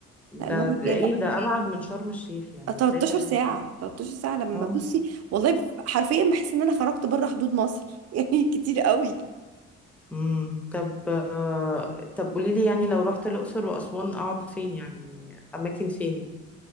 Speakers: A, on the right; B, in the centre.
A: لا المهم
B: ده, ده
A: جاي
B: ايه
A: بقى
B: ده ابعد من شرم الشيخ يعني
A: 13
B: ازاي تعملي
A: ساعه
B: كده
A: 13 ساعه لما
B: اه
A: بصي والله ب- حرفيا بحس ان انا خرجت بره حدود مصر <laughs> يعني كتير قوي
B: امم طب آه، طب قولي لي يعني لو رحت الاقصر واسوان اقعد فين يعني اماكن فين